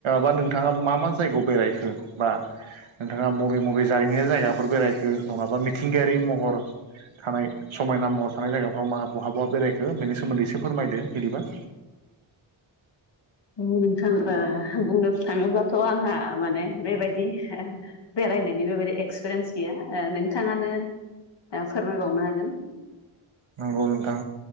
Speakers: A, on the right; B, on the left.
A: बा नोंथांङा मा मा जायगायाव बेरायखो बा नोंथाङा बबे बबे जारिमिनारि जायगाफोर बेरायखो नङाबा मिथिंगायारि महर थानाय समायना महर थानाय जायगाफ्राव बहाबा बेरायखो बेनि सोमोन्दै एसे फोरमायदो बिदिबा
B: नोंथां बुंनो थाङोब्लाथ' आंहा माने बेबायदि बेरायनायनि बेबायाददि एक्सपिरियेन्स गैया नोंथाङानो फोरमायबावनो हागोन
A: नंगौ नोंथां